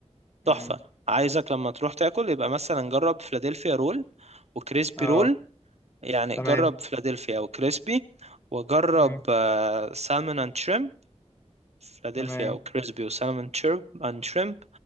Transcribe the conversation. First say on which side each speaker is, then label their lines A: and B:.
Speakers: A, on the right; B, on the left.
A: تحفة
B: امم
A: عايزك لما تروح تاكل يبقى مثلا جرب فلادلفيا رول وكريسبي
B: اه
A: رول يعني
B: تمام
A: جرب فلادلفيا وكريسبي وجرب
B: امم
A: سالمون اند شريمب فلادلفيا
B: تمام
A: وكريسبي وسالمون شرب اند شريمب